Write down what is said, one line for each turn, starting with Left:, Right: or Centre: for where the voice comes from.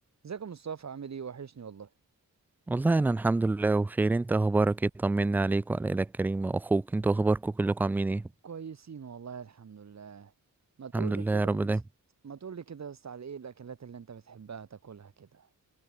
Right: ازيك يا مصطفى عامل ايه وحشني والله
Centre: والله انا الحمد لله بخير انت اخبارك ايه طمنا عليك وعلى الى الكريم واخوك انتوا اخباركم كلكم عاملين ايه
Right: كويسين والله الحمد لله ما تقول
Centre: الحمد لله
Right: لي كده
Centre: يا رب
Right: يا مص-
Centre: دايما
Right: ما تقول لي كده بس على ايه الاكلات اللي انت بتحبها تاكلها كده